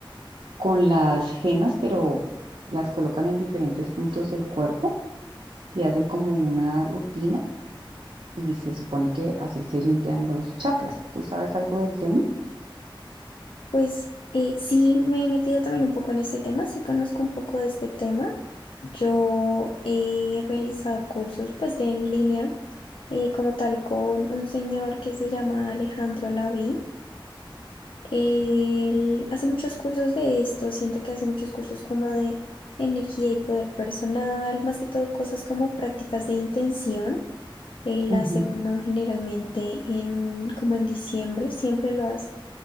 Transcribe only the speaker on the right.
con las gemas, pero las colocan en diferentes puntos del cuerpo y hacen como una rutina y se supone que así se limpian los chakras. ¿Tú sabes algo del tema?
Ujú,